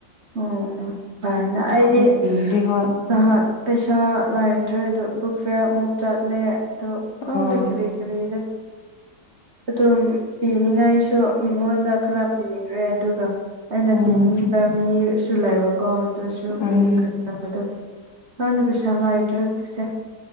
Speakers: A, on the right (about 40°); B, on the left (about 65°).
A: ꯑꯣ ꯀꯅ
B: ꯑꯗꯨꯅ
A: ꯑꯩꯗꯤ
B: ꯑꯃꯨꯛ ꯄꯤꯔꯗꯤ ꯍꯣꯏ
A: ꯆ ꯄꯦꯁꯥ ꯂ ꯠꯇ꯭ꯔꯦ ꯑꯗꯣ ꯕꯨꯛ ꯐꯤꯌꯔ ꯑꯃꯨꯛ ꯆꯠꯂꯦ ꯑꯗꯣ ꯈꯪꯗꯦ
B: ꯎꯝ
A: ꯀꯔꯤ ꯀꯔꯤꯗ ꯑꯗꯨꯝ ꯄꯤꯅꯤꯡꯉꯥꯏꯁꯨ ꯃꯤꯉꯣꯟꯗ ꯈꯔ ꯄꯤꯈ꯭ꯔꯦ ꯑꯗꯨꯒ ꯑꯩꯅ
B: ꯎꯝ
A: ꯄꯤꯅꯤꯡꯕ ꯃꯤꯁꯨ ꯂꯩꯕꯀꯣ ꯑꯗꯨꯁꯨ
B: ꯎꯝ
A: ꯄꯤꯈ꯭ꯔ ꯑꯗꯣ ꯃꯥꯪꯅ ꯄꯩꯁꯥ ꯂꯥꯏꯗ꯭ꯔꯦ ꯍꯧꯖꯤꯛꯁꯦ